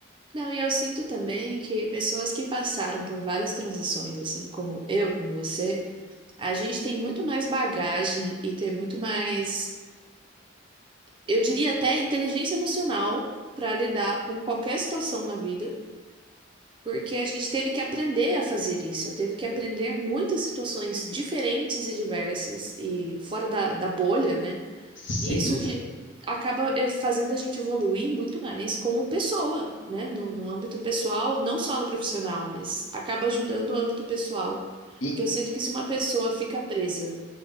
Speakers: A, on the right; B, on the left.
A: Não, e eu sinto também que pessoas que passaram por várias transições, assim como eu, como você, a gente tem muito mais bagagem e tem muito mais, eu diria até inteligência emocional para lidar com qualquer situação na vida Porque a gente teve que aprender a fazer isso. Eu teve que aprender muitas situações diferentes e diversas e fora da, da bolha, né?
B: Sem
A: E isso
B: dúvida.
A: de- acaba eh, fazendo a gente evoluir muito mais como pessoa, né? No, no âmbito pessoal, não só no profissional, mas acaba ajudando o âmbito pessoal.
B: E
A: Porque eu sinto que se uma pessoa fica presa,